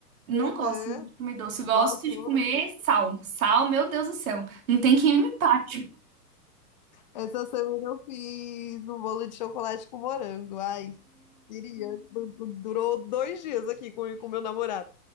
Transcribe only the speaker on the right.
Não
gosto muito de comer doce, gosto
de comer
sal. Sal, meu Deus do céu. Não tem quem me pare.